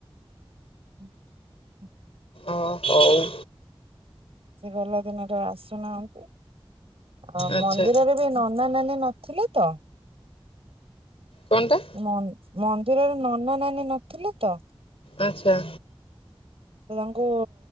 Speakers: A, on the right; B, on the left.
A: ହୁଁ
B: ଓ ହଉ।
A: ସେ ଗଲା ଦିନ ଠୁ ଆସୁନାହାନ୍ତି। ଆ
B: ଆଚ୍ଛା
A: ମନ୍ଦିରରେ ବି ନନା ନାନୀ ନଥିଲେ ତ।
B: କଣଟା
A: ଏ ମନ୍ ମନ୍ଦିରରେ ନନା ନାନୀ ନଥିଲେ ତ।
B: ଆଚ୍ଛା।
A: ତ ତାଙ୍କୁ